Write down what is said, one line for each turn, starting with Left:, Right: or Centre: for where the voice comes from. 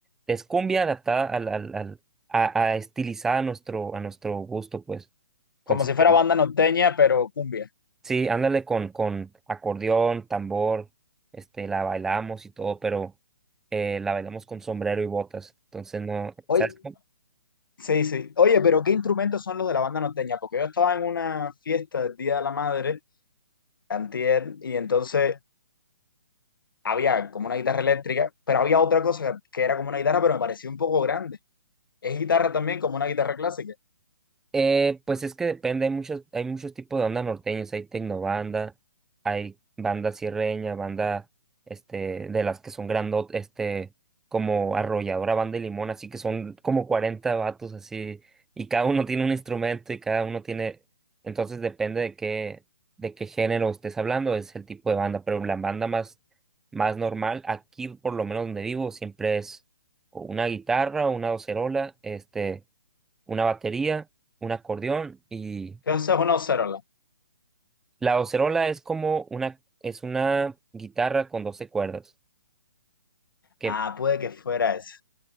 Centre: es cumbia adaptada al, al, al- a, a estilizada a nuestro, a nuestro gusto, pues.
Left: Como
Centre: Entonces,
Left: si fuera
Centre: eh,
Left: banda norteña, pero cumbia.
Centre: sí, ándale con, con acordeón, tambor, este, la bailamos y todo, pero eh, la bailamos con sombrero y botas. Entonces no,
Left: Oye,
Centre: ¿sabes?
Left: sí, sí. Oye, pero ¿qué instrumentos son los de la banda norteña? Porque yo estaba en una fiesta del Día de la Madre, antier, y entonces había como una guitarra eléctrica, pero había otra cosa que era como una guitarra, pero me parecía un poco grande. Es guitarra también, como una guitarra clásica.
Centre: Eh, pues es que depende, hay muchos, hay muchos tipos de banda norteños, hay tecnobanda, hay banda sierreña, banda, este, de las que son grandot, este, como arrolladora, banda de limón, así que son como 40 vatos así, y cada uno tiene un instrumento y cada uno tiene, entonces depende de qué, de qué género estés hablando, es el tipo de banda, pero la banda más, más normal, aquí por lo menos donde vivo, siempre es o una guitarra, o una docerola, este una batería, un acordeón y
Left: entonces eso es una Ocerola.
Centre: la docerola es como una es una guitarra con 12 cuerdas, que
Left: Ah, puede que fuera esa.